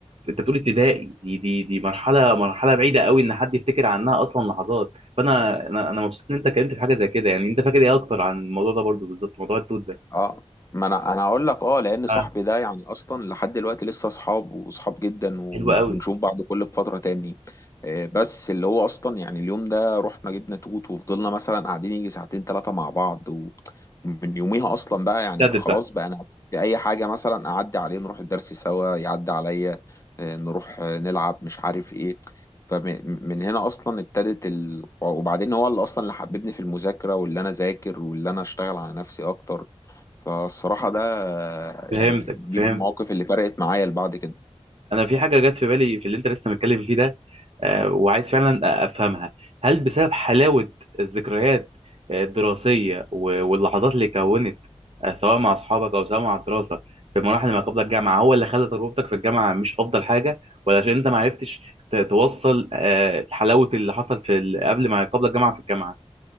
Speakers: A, on the right; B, on the left.
A: انت بتقول ابتدائي دي دي دي مرحله مرحله بعيده قوي ان حد يفتكر عنها اصلا لحظات فانا انا انا مبسوط ان انت اتكلمت في حاجه زي كده يعني انت فاكر ايه اكتر عن الموضوع ده برضو بالظبط موضوع التوت ده
B: اه ما انا انا اقول لك اه لان صاحبي
A: اه
B: ده يعني اصلا لحد دلوقتي لسه اصحاب واصحاب جدا وبنشوف
A: حلو قوي
B: بعض كل فتره تاني آه، بس اللي هو اصلا يعني اليوم ده رحنا جبنا توت وفضلنا مثلا قاعدين يجي ساعتين ثلاثه مع بعض و- ومن يوميها اصلا بقى يعني
A: ابتدت
B: خلاص
A: بقى
B: بقى انا في اي حاجه مثلا اعدي عليه نروح الدرس سوا يعدي عليا آه، نروح آه، نلعب مش عارف ايه فمن هنا اصلا ابتدت ال... وبعدين هو اللي اصلا اللي حببني في المذاكره واللي انا ذاكر واللي انا اشتغل على نفسي اكتر فالصراحة ده يعني
A: فهمتك
B: دي
A: فهمت
B: من المواقف اللي فرقت معايا لبعد كده
A: انا في حاجه جت في بالي في اللي انت لسه متكلم فيه ده آه، وعايز فعلا افهمها هل بسبب حلاوه الذكريات آه، الدراسيه و- واللحظات اللي كونت آه، سواء مع اصحابك او سواء مع الدراسه في مراحل ما قبل الجامعه هو اللي خلى تجربتك في الجامعه مش افضل حاجه ولا عشان انت ما عرفتش ت- توصل آه، حلاوه اللي حصل في ال- قبل ما قبل الجامعه في الجامعه